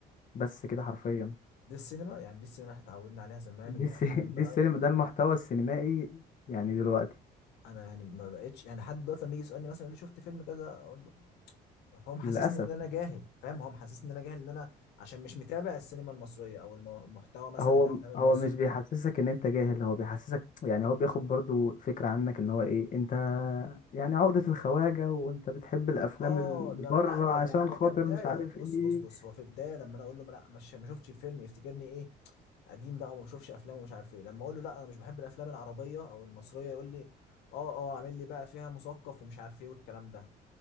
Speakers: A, on the left; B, on the left.
A: بس كده حرفيا
B: دي السينما يعني دي السينما احنا اتعودنا عليها زمان
A: دي
B: والافلام
A: الس... <laughs>
B: بقى
A: دي السينما ده المحتوى السينمائي يعني دلوقتي
B: انا يعني ما بقتش يعني حد دلوقتي لما يجي يسألني مثلا يقول لي شفت فيلم كذا اقول له يعني هو محسسني
A: للأسف
B: ان انا جاهل فاهم هو محسسني ان انا جاهل ان انا عشان مش متابع السينما المصريه او الم- محتوى مثلا
A: هو
B: الافلام المصري
A: هو مش بيحسسك ان انت جاهل هو بيحسسك يعني هو بياخد برضو فكرة عنك ان هو ايه انت يعني عقدة الخواجة وانت بتحب الافلام
B: اه
A: اللي
B: ده
A: بره
B: لا ده
A: عشان
B: يعني ده
A: خاطر
B: كبدايه
A: مش عارف
B: بص
A: ايه
B: بص بص هو في البدايه لما انا اقول له ما- لا مش ما شفتش الفيلم يفتكرني ايه قديم بقى وما بشوفش افلام ومش عارف ايه لما اقول له لا انا مش بحب الافلام العربيه او المصريه يقول لي اه اه عامل لي بقى فيها مثقف ومش عارف ايه والكلام ده